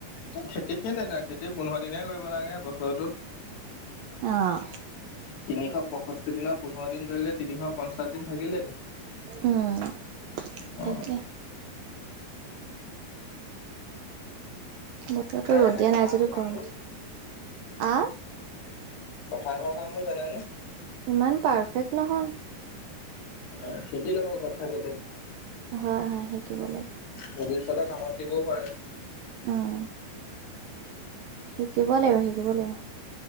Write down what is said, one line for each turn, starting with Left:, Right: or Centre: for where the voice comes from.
Left: এ, খেতিকে নেতাই। খেতি পোন্ধৰ দিনহে কৰিব লাগে, বছৰটোত।
Right: অ'!
Left: তিনিশ পঁয়ষষ্ঠি দিনৰ, পোন্ধৰ দিন কৰিলে, তিনিশ পঞ্চাশ দিন থাকিলে।
Right: উম
Left: অ
Right: তাকে, বতৰটো
Left: জানেনে
Right: ৰ'দ দিয়া
Left: পথাৰ
Right: নাই যদিও
Left: ঘৰ কামবোৰ
Right: গৰম উঠিছে, আ
Left: পথাৰত কৰা কামবোৰ জানানে?
Right: ইমান পাৰফেক্ট নহয়।
Left: অ শিকি লব ঘৰত থাকোতে।
Right: হয় হয় শিকিব লাগিব।
Left: ভৱিষ্যতে কামত দিবও পাৰে।
Right: উম শিকিব লাগিব শিকিব লাগিব।